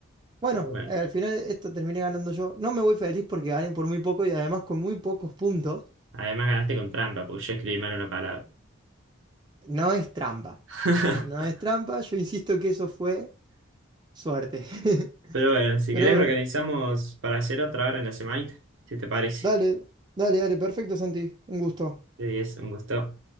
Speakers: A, on the right; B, on the right.
A: Bueno,
B: pero bueno,
A: eh, al final esto terminé ganando yo. No me voy feliz porque gané por muy poco y además con muy pocos puntos.
B: además ganaste con trampa, porque yo escribí mal una palabra.
A: No es trampa.
B: <laughs>
A: No es trampa, yo insisto que eso fue suerte. <laughs>
B: Pero bueno, si
A: Pero
B: querés organizamos para hacer otra hora en la semanita, si te parece.
A: dale, dale, dale, perfecto, Santi. Un gusto.
B: Sí, es un gusto.